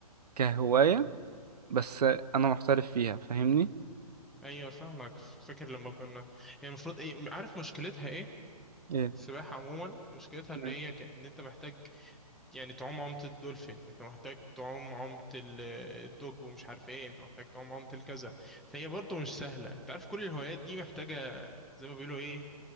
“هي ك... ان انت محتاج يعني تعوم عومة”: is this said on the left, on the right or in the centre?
Centre